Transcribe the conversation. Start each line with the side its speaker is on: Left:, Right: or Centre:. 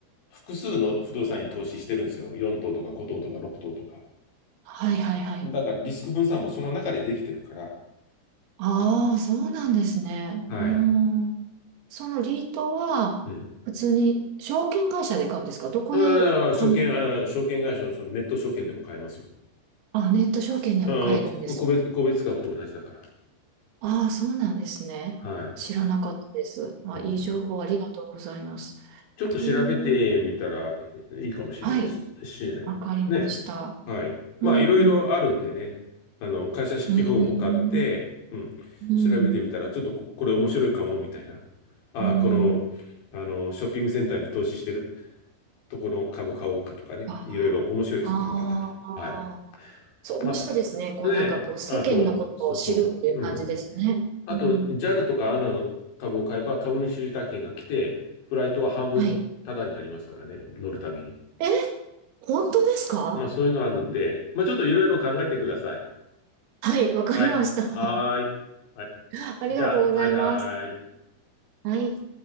Left: 複数の不動産に投資してるんですよ。4棟とか5棟とか6棟とか。
Right: はい、はい、はい。
Left: だからリスク分散もその中でできてるから。
Right: ああ、そうなんですね。
Left: はい。
Right: うーん。そのリートは、
Left: うん。
Right: 普通に証券会社で買うんですかどこで販、
Left: ああ、証券、あ、証券会社のそのネット証券でも買えますよ。
Right: あ、ネット証券でも買えるんですね。
Left: うん、こ個別、個別株と同じだから。
Right: ああ、そうなんですね。
Left: はい。
Right: 知らなかったです。まあ、
Left: うん。
Right: いい情報ありがとうございます。
Left: ちょっと調べてみたら
Right: うーん。
Left: いいかもしれないです。
Right: はい、
Left: しれないね。
Right: わかりました。
Left: はい。
Right: うん、
Left: まあ、いろいろあるんでね。
Right: うん、
Left: あの、会社式法も買って、
Right: うん、
Left: うん。
Right: うん。
Left: 調べてみたら、ちょっとここれ面白いかも、みたいな。ああ、
Right: うん
Left: この、あの、ショッピングセンターに投資してるとこの株買おうかとかね。
Right: ああ、
Left: いろいろ面白いですよ、考えたら。
Right: ああ、
Left: はい。
Right: そう、
Left: まあ、
Right: 面白いですね。こう、
Left: ねえ。
Right: なんかこう、世間のことを知るっていう感じですね。
Left: あと、そうそう。うん。あと、
Right: うん
Left: JAL とかアナの株を買えば株主優待券が来て、フライトは半分タダになりますからね、
Right: はい。
Left: 乗るたびに。
Right: え、本当ですか
Left: まあそういうのあるんで、まあちょっといろいろ考えてください。
Right: はい、わかりました。
Left: はい。はーい。あ
Right: <laughs> ありがとうございます。
Left: じゃあ、はいはーい。
Right: はい。